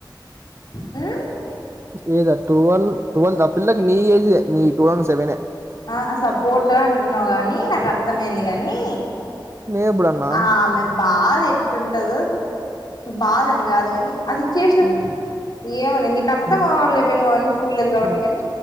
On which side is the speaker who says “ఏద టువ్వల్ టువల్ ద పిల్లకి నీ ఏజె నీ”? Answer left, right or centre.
Right